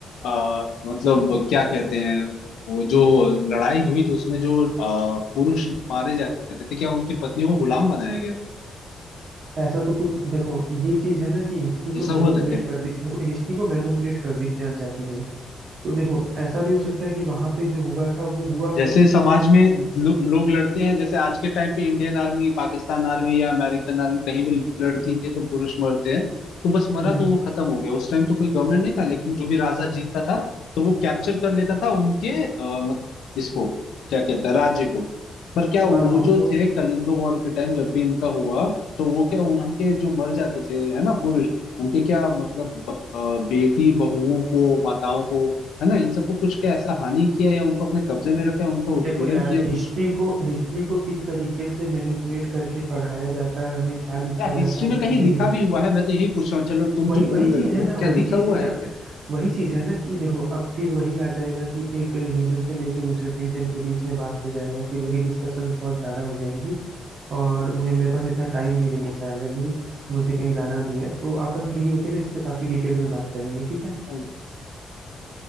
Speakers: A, on the left; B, on the right.
A: आ, मतलब क्या कहते हैं वो जो लड़ाई हुई तो उसमें जो आ, पुरुष मारे जाते थे क्या उनकी पत्नियों को गुलाम बनाया गया था?
B: ऐसा तो कुछ देखो ये चीज है ना कि हिस्ट्री
A: ऐसा
B: को मैनिपुलेट
A: हुआ था क्या
B: कर दी देखो हिस्ट्री को मैनिपुलेट कर दी जा, जाती है तो देखो ऐसा भी हो सकता है कि वहां पे जो हुआ था वो हुआ
A: जैसे
B: हो
A: समाज में लो, लोग लड़ते हैं जैसे आज के टाइम पे इंडियन आर्मी पाकिस्तान आर्मी या अमेरिकन आर्मी कहीं भी लड़ती है तो पुरुष मरते हैं तो बस मरा
B: हम्म, हम्म,
A: तो वो खत्म हो गया उस टाइम तो कोई गवर्नमेंट नहीं था लेकिन जो भी राजा जीतता था तो वो कैप्चर कर लेता था उनके अ, मतलब इसको क्या कहता है राज्य को पर क्या वो
B: हाँ हाँ
A: जो
B: वो
A: थे कलिंग वॉर के टाइम जब भी इनका हुआ तो वो क्या वहाँ के जो मर जाते थे है ना पुरुष उनके क्या मतलब ब- अ, बेटी बहुओं को माताओं को है ना इन सबको कुछ क्या ऐसा हानि किया या उनको अपने कब्जे में रखा उनका उत्पीड़न
B: देखो यार
A: किया
B: हिस्ट्री
A: कुछ
B: को हिस्ट्री को किस तरीके से मैनिपुलेट करके पढ़ाया जाता है हमें क्या लिखा
A: क्या हिस्ट्री
B: जाता है
A: में
B: वो
A: कहीं
B: चीजें
A: लिखा
B: नहीं
A: भी हुआ है मैं तो यही पूछ रहा हूँ चलो तुम
B: वही
A: जो
B: वही
A: बोल
B: चीज
A: रहे हो
B: है ना
A: क्या
B: वही
A: लिखा
B: चीज
A: हुआ
B: है ना
A: है क्या
B: वही चीज है ना कि देखो अब फिर वही आ जाएगा कि एक रिलीजन से लेके दूसरे रिलीजन के बीच में बात हो जाएगा फिर वही डिस्कशंस बहुत ज्यादा हो जाएंगी और मुझे मेरे पास इतना टाइम भी नहीं है शायद अभी मुझे कहीं जाना भी है तो अपन फ्री होके ना इस पे काफी डिटेल में बात करेंगे ठीक है
A: हम्म।